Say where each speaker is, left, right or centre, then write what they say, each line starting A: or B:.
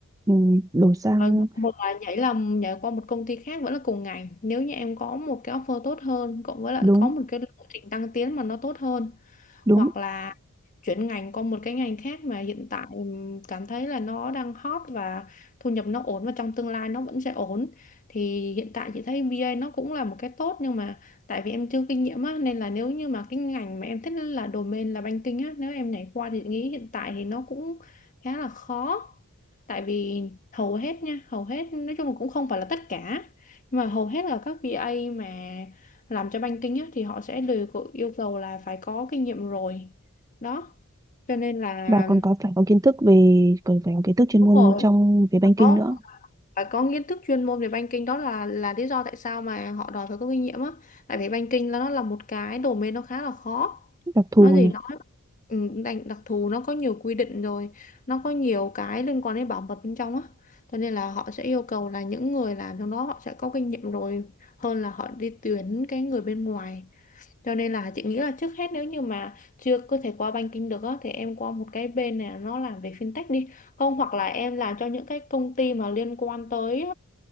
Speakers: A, on the right; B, on the left.
A: ừ, đổi sang
B: Và một là nhảy là nhảy qua một công ty khác vẫn là cùng ngành nếu như em có một cái offer tốt hơn cộng với lại
A: đúng
B: có một cái lộ trình tăng tiến mà nó tốt hơn
A: đúng
B: hoặc là chuyển ngành qua một cái ngành khác mà hiện tại ừm, cảm thấy là nó đang hot và thu nhập nó ổn và trong tương lai nó vẫn sẽ ổn thì hiện tại chị thấy bê a nó cũng là một cái tốt nhưng mà tại vì em chưa kinh nghiệm á nên là nếu như mà cái ngành mà em thích là domain là banking á nếu em nhảy qua thì chị nghĩ hiện tại thì nó cũng khá là khó tại vì hầu hết nha hầu hết nói chung là cũng không phải là tất cả nhưng mà hầu hết là các bê a mà làm cho banking á, thì họ sẽ đều có yêu cầu là phải có kinh nghiệm rồi đó cho nên là
A: và còn có phải có kiến thức về còn phải có kiến thức chuyên
B: đúng
A: môn
B: rồi
A: trong về banking
B: phải có
A: nữa
B: phải có kiến thức chuyên môn về banking đó là là lý do tại sao mà họ đòi phải có kinh nghiệm á tại vì banking là nó là một cái domain nó khá là khó
A: đặc thù
B: nói gì
A: nhỉ
B: nói ừ, đặc, đặc thù nó có nhiều quy định rồi nó có nhiều cái liên quan đến bảo mật bên trong á cho nên là họ sẽ yêu cầu là những người làm trong đó họ sẽ có kinh nghiệm rồi hơn là họ đi tuyển cái người bên ngoài cho nên là chị nghĩ là trước hết nếu như mà chưa có thể qua banking được á thì em qua một cái bên này nó làm về fintech đi không hoặc là em làm cho những cái công ty mà liên quan tới